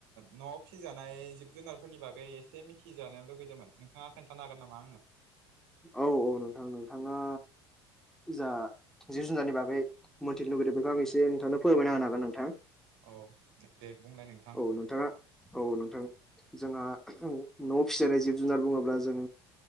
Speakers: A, on the right (about 65°); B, in the centre.
A: न'वाव फिजानाय जिब जुनारफोरनि बागै एसे मिथिजानो लुगैदोंमोन नोंथाङा खोनथानो हागोन नामा आंनो
B: औ औ नोंथां नोंथाङा जा जिब जुनारनि बागै मोनथिनो लुगैदों बेखौ आं एसे नोंथांनो फोरमायना होनो हागोन नोंथां
A: औ दे बुंलाय नों
B: औ नोंथाङा औ नोंथां जोंहा न'आव फिसिनाय जिब जुनार बुङोब्ला जों